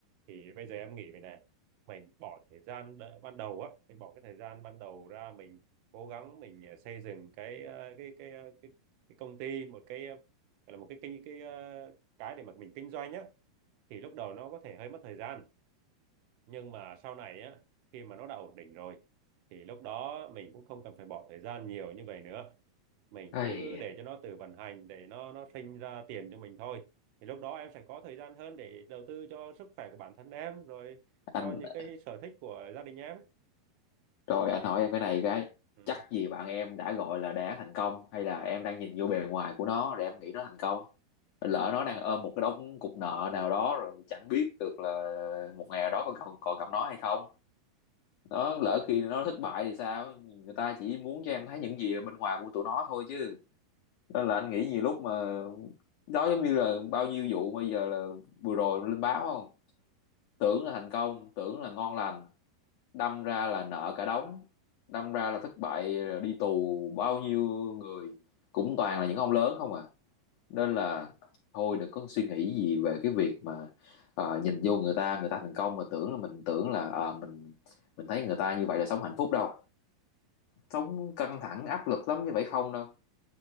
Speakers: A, on the right (about 80°); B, on the left (about 85°).
A: thì bây giờ em nghĩ vậy này mình bỏ thời gian đ- ban đầu á mình bỏ cái thời gian ban đầu ra mình cố gắng mình ờ, xây dựng cái ờ, cái cái ờ, cái, cái công ty một cái ờ, gọi là một cái cái cái, ờ, cái để mà mình kinh doanh á thì lúc đầu nó có thể hơi mất thời gian nhưng mà sau này á khi mà nó đã ổn định rồi thì lúc đó mình cũng không cần phải bỏ thời gian nhiều như vậy nữa mình
B: Ây,
A: cứ để cho nó tự vận hành để nó nó sinh ra tiền cho mình thôi thì lúc đó em sẽ có thời gian hơn để đầu tư cho sức khỏe của bản thân em rồi
B: anh
A: cho những cái sở thích của gia đình em
B: rồi anh hỏi em cái này cái
A: ừ.
B: chắc gì bạn em đã gọi là đã thành công hay là em đang nhìn vô bề ngoài của nó rồi em nghĩ nó thành công lỡ nó đang ôm một cái đống cục nợ nào đó rồi chẳng biết được là một ngày nào đó còn còn, còn gặp nó hay không nó lỡ khi nó thất bại thì sao người ta chỉ muốn cho em thấy những gì ở bên ngoài của tụi nó thôi chứ nên là anh nghĩ nhiều lúc mà đó giống như là bao nhiêu vụ bây giờ là vừa rồi lên báo không tưởng là thành công tưởng là ngon lành đâm ra là nợ cả đống đâm ra là thất bại đi tù bao nhiêu người cũng toàn là những ông lớn không à nên là thôi đừng có suy nghĩ gì về cái việc mà ờ, nhìn vô người ta người ta thành công mà tưởng là mình tưởng là ờ, mình mình thấy người ta như vậy là sống hạnh phúc đâu sống căng thẳng áp lực lắm như vậy không đâu